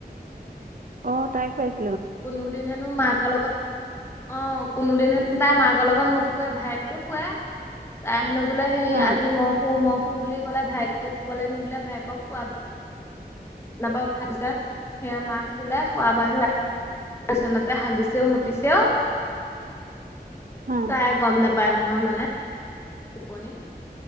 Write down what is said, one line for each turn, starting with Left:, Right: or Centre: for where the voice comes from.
Right: অ' তাই খুৱাইছে।
Left: কোনো দিন হেনো মাকৰ লগত অ' কোনোদিন হেনো তাই মাকৰ লগত নুশুৱে ভায়েকতো শুৱে তাই হেনো। বোলে হেৰি
Right: অ
Left: আজি মহ শো, মহ শো বুলি ক'লে ভায়েকক শুবলৈ নিদিলে ভায়েকক খোৱা বিচনাৰ আৰ পৰা উঠাৰ পিছা সেয়া মা খোলে খোৱ বাহ বিচনাতে হাগিছেও মুতিছেও।
Right: অ
Left: তাই গ'ম নাপায় নহয় মানে টোপনিত।